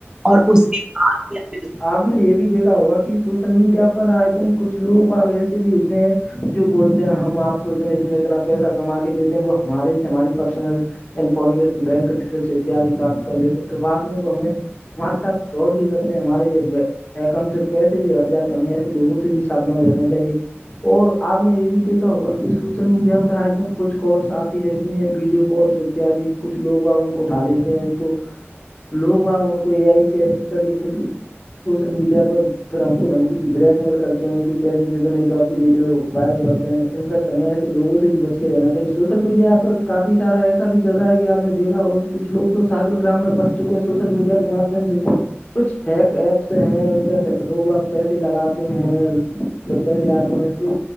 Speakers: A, on the right; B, on the left.
A: اور اس کے بعد یا پھر
B: آ نے یہ بھی دیکھا ہوگا کہ سوشل میڈیا پر آئے دن کچھ لوگ بگ ایسے بھی ہوتے ہیں جو بولتے ہیں ہم آپ کو اتنے اتنا پیسہ کما کے دیتے ہیں وہ ہمارے ہماری پرسنل بک ڈٹیل اتد پراپت کر لیتے پھر بعد کو ہمیں ہمارے ساتھ کروڈ بھی کرتے ہیں ہمارے اکانٹ سے پیسے بھی ہڑک جاتے ہیں ہمیں ایسے لووں سے بھی ساھان لینا چاہیے اور آپ نے یہ بھی دیکھا ہوگا کہ سوشل میڈیا پر آئے جن کچھ کالس آتی رہتی ہیں ویڈیو کالس اتد کچھ لوگ و ان کو اٹھا لیتے ہیں تو لوگ و ان کو کو اے آئی سے ایڈٹ کر کے پھر سوشل میڈیا پر پھر ہم کو دمکی بلیک میل کرتے ہیں کہ پیسے د دو نہیں تو آپ کی ویڈیو وائرل کرتے ہیں انفیکٹ ہمیں ایسے لوگوں سے بھی بچ کے رہنا چاہیے سوشل میڈیا پ کافی سارا ایسا بھی چل رہا ہے کہ آپ نے دھا ہوگا کچھ لوگ تو سائبر کرائم میں بس چکے ہیں سوشل میڈیا کے مادھیم سے کچھ فیک ایپس ہیں ان پہ لوگ وگ پیسے لگاتے ہیں تو پہ دے آتے ہیں تو